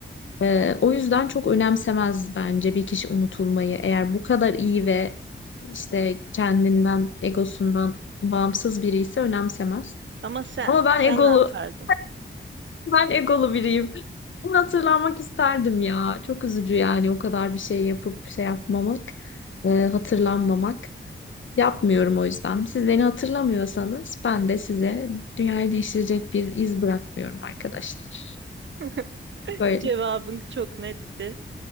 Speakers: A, on the left; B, on the right.
A: Ee, o yüzden çok önemsemez bence bir kişi unutulmayı. Eğer bu kadar iyi ve işte kendinden, egosundan bağımsız biri ise önemsemez.
B: Ama sen,
A: Ama ben
B: sen
A: egolu,
B: ne yapardın?
A: <laughs> ben egolu biriyim. Bunu hatırlanmak isterdim ya. Çok üzücü yani o kadar bir şey yapıp şey yapmamak, e, hatırlanmamak. Yapmıyorum o yüzden. Siz beni hatırlamıyorsanız ben de size dünyayı değiştirecek bir iz bırakmıyorum arkadaşlar.
B: <laughs>
A: Böyle
B: Cevabın çok netti.